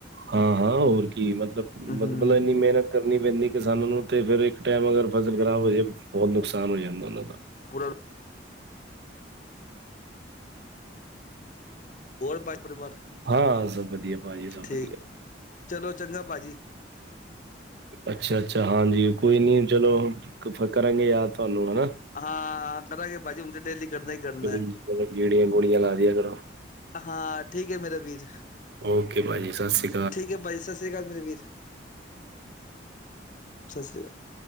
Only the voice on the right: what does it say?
ਹਾਂ ਹਾਂ, ਹੋਰ ਕੀ ਮਤਲਬਤਲਬ ਮਤਲਬ
ਇੰਨੀ ਮਿਹਨਤ ਕਰਨੀ ਪੈਂਦੀ ਕਿਸਾਨਾਂ ਨੂੰ ਤੇ ਫੇਰ ਇੱਕ ਟਾਈਮ ਅਗਰ ਫਸਲ ਖ਼ਰਾਬ ਹੋ ਜਾਵੇ ਬਹੁਤ ਨੁਕਸਾਨ ਹੋ ਜਾਂਦਾ ਉਹਨਾਂ ਦਾ
ਹਾਂ, ਸਭ ਵਧੀਆ ਭਾਜੀ ਸਭ
ਵਧੀਆ।
ਅੱਛਾ ਅੱਛਾ, ਹਾਂਜੀ ਕੋਈ ਨੀ ਚਲੋ ਕਰਾਂਗੇ ਯਾਦ ਤੁਹਾਨੂੰ ਹਨਾ
<unintelligible>
ਮਤਲਬ ਗੇੜੀਆਂ ਗੋੜੀਆਂ ਲਾ ਦੀਆਂ ਕਰੋ।
ਓਕੇ ਭਾਜੀ ਸਾਸੀ